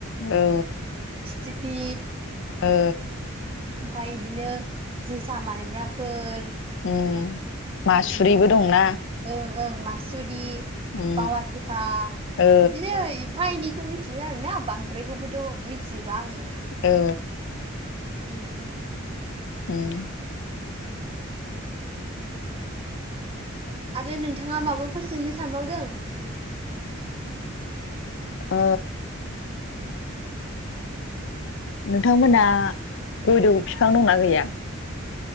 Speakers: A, on the left; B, on the right.
A: ओ
B: सिथिपि
A: ओ
B: ओमफाय बिदिनो जोसा माइब्राफोर
A: ओ मासुरिबो
B: इदिनो
A: दंना?
B: ओं ओं मासुरि,
A: ओ
B: पावा थेफा
A: औ
B: बिदिनो एफा एनैखौ मिथियो आरो ना बांद्रायखौबोथ' मिथिजोबा आङो।
A: ओ
B: ओम
A: ओम
B: आरो नोंथाङा माबाफोर सोंनो सानबावदों?
A: अ नोंथांमोनहा गय दं' बिफां दंना गैया?